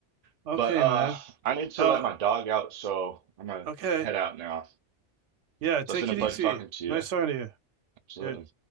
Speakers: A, on the right; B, on the right.
A: Okay,
B: But uh,
A: man.
B: I need to
A: Oh,
B: let my dog out, so I'm gonna
A: okay.
B: head out now.
A: Yeah. Take
B: So it's been a
A: it
B: pleasure
A: easy.
B: talking to you.
A: Nice talking to you.
B: Absolutely.
A: Yeah.